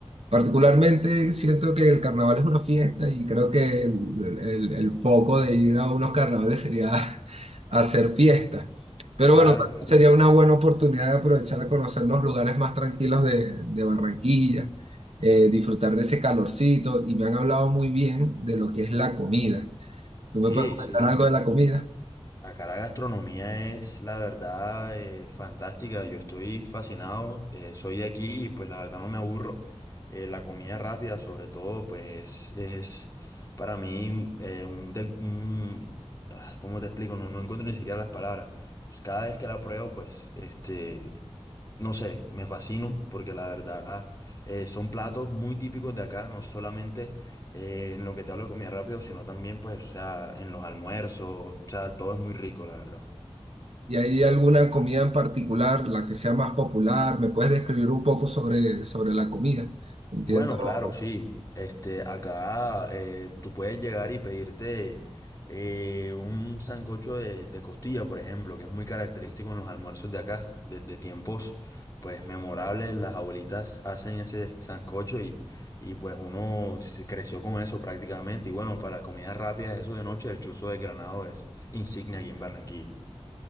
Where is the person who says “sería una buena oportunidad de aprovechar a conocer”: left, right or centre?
Right